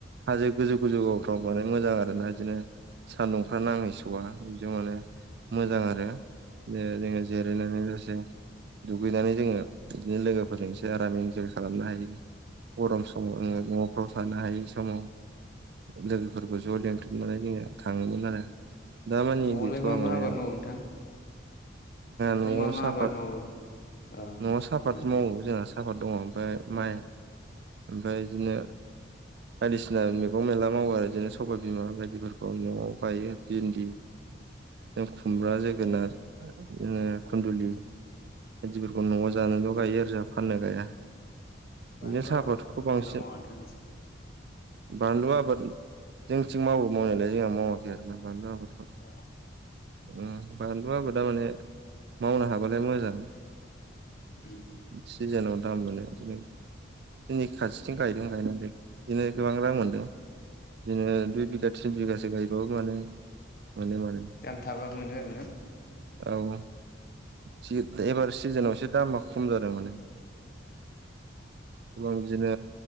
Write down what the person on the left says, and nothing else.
न'आवलाय
मा
मा आबाद मावो नोंथां न'फ्राव
मा मा
आबाद मावो अ
मोजां
बानलु
आबादफोरखौ
मावोना मावा नोंथां नोंसि
नोंसि
उम।
दाम थाबा मोनो आरोना